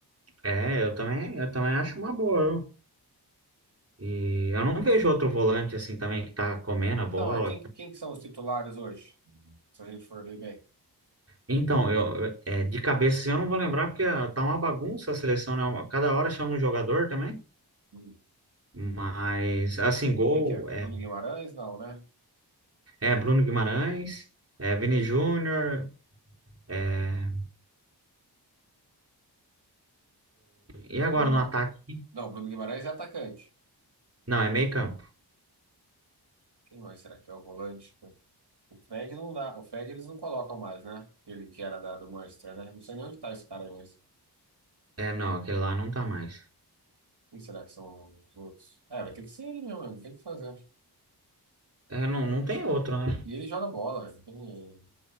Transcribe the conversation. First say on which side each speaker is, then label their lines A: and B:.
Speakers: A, on the right; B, on the right.
A: É, eu também, eu também acho uma boa. viu? E eu não vejo outro volante assim também que tá comendo a bola.
B: Então, é quem, quem que são os titulares hoje? Se a gente for ver bem.
A: Então, eu, é, de cabeça eu não vou lembrar porque ah, tá uma bagunça a seleção, né? Uma- Cada hora chama um jogador também.
B: Hum.
A: Mas, assim, gol
B: Quem que é?
A: é,
B: Bruno Guimarães? Não, né?
A: é Bruno Guimarães, é Vini Júnior. é, e agora
B: Não, não.
A: no ataque?
B: Não, Bruno Guimarães é atacante.
A: Não, é meio campo.
B: Quem mais será que é o volante? O Fred não dá. O Fred eles não colocam mais, né? Ele que era da, do Manchester, né? Não sei nem onde tá esse cara aí, mas.
A: É, não, aquele lá não tá mais.
B: Quem será que são os outros? É, vai ter que ser ele mesmo, mano. Tem que fazer.
A: É, não, não tem outro, né?
B: E ele joga bola, né? Ele